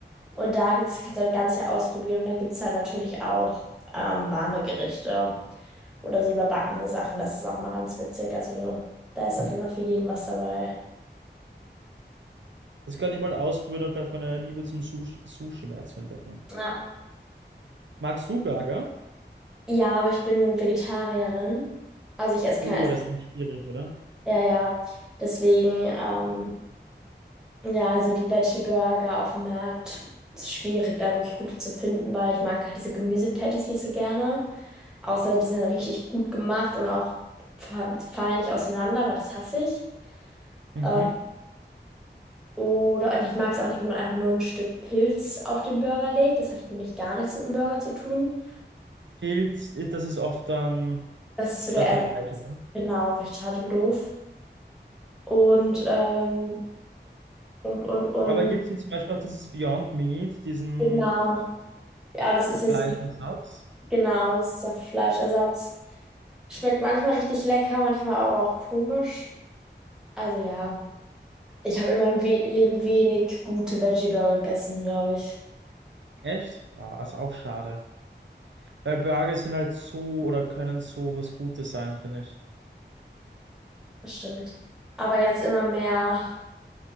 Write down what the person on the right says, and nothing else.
Das könnte ich mal ausprobieren, um vielleicht meine Liebe zum Sushi, Sushi mehr zu entdecken.
Magst du Burger?
Oh,
das ist schwierig, oder?
Mhm.
Pilz, das ist oft dann
statt
dem Fleisch, oder?
Aber gibt es hier zum Beispiel auch dieses Beyond Meat, diesen
Fleischersatz?
Echt? Ah, ist auch schade. Weil Burger sind halt so oder können so was Gutes sein, finde ich.